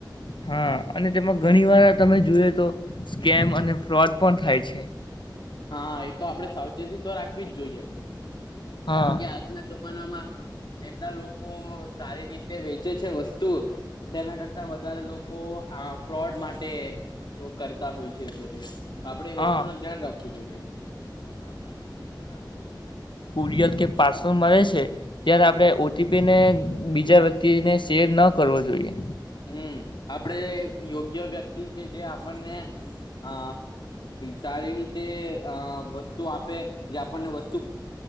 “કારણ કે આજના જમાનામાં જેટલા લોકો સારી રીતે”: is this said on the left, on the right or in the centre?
Left